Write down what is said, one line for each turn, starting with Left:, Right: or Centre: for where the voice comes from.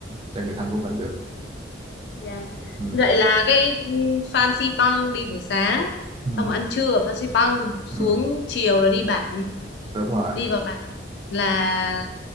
Right: cho người thân của mình được
Left: Dạ.
Right: ừ.
Left: Vậy là cái ừ, Phan Xipang đi buổi sáng
Right: Ừ.
Left: xong ăn trưa ở Phan Xipang xuống
Right: Ừ.
Left: chiều là đi bản
Right: đúng rồi
Left: đi vào bản là